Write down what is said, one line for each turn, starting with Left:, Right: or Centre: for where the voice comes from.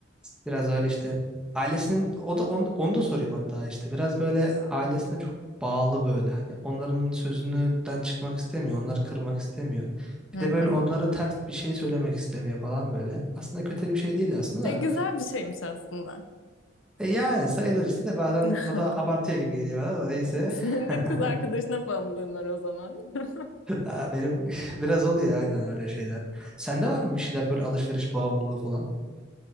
Centre: Biraz öyle işte ailesinin o da onu, onu da sorayım hatta işte biraz böyle ailesine çok bağlı böyle hani onların sözünden çıkmak istemiyor, onları kırmak istemiyor. Bir
Left: Hı
Centre: de
Left: hı.
Centre: böyle
Left: hı.
Centre: onlara ters bir şey söylemek istemiyor falan böyle. Aslında kötü bir şey değil aslında da.
Left: E, güzel bir şeymiş aslında.
Centre: E yani sayılır işte de bazen
Left: <laughs>
Centre: o da abartıyor gibi geliyor bana da neyse.
Left: Senin
Centre: <laughs>
Left: de kız arkadaşına bağımlılığın var o zaman. <laughs>
Centre: Ha, Benim <laughs> biraz oluyor aynen öyle şeyler. Sende var mı bir şeyler böyle alışveriş bağımlılığı falan?